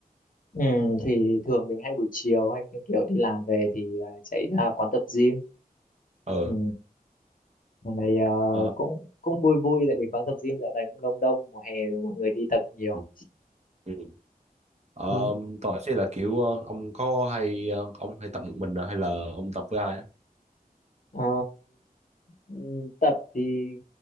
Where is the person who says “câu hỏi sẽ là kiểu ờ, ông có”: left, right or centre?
Right